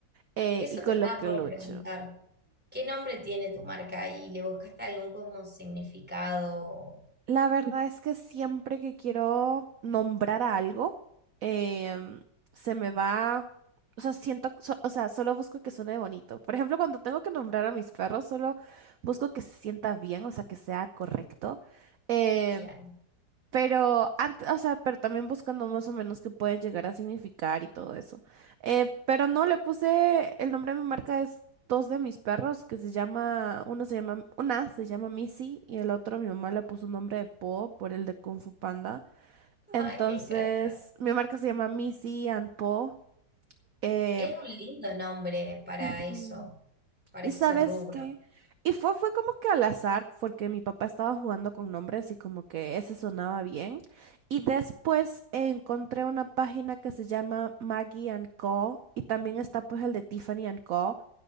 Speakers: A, on the right; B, in the centre.
A: eh,
B: eso
A: y con
B: te estaba
A: lo que
B: por
A: lucho.
B: preguntar. ¿Qué nombre tiene tu marca y le buscaste algún como significado?
A: La verdad es que siempre que quiero nombrar a algo, em, se me va, o sea, siento, so- o sea, solo busco que suene bonito. Por ejemplo, cuando tengo que nombrar a mis perros, solo busco que se sienta bien, o sea, que sea correcto. Em,
B: Claro.
A: pero, ant- o sea, pero también buscando más o menos qué pueden llegar a significar y todo eso. Eh, pero no le puse el nombre de mi marca es dos de mis perros que se llama, uno se llama, una se llama Missy y el otro mi mamá le puso un nombre de Po por el de Kung Fu Panda. Entonces,
B: Ay, me encanta.
A: mi marca se llama Missy and Po. Eh,
B: Es un lindo nombre para
A: ujú.
B: eso, para
A: ¿Y
B: ese
A: sabes
B: rubro.
A: qué? Y fue, fue como que al azar, porque mi papá estaba jugando con nombres y como que ese sonaba bien. Y después encontré una página que se llama Maggie and Co. Y también está pues el de Tiffany and Co